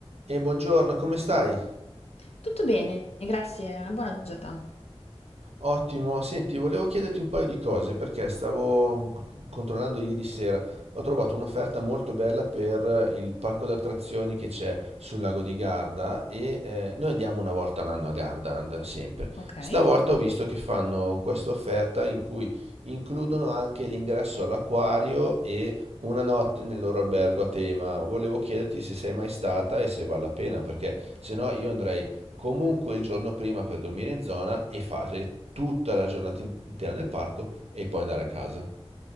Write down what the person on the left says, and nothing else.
Tutto bene, grazie, una buona giornata.
Ok.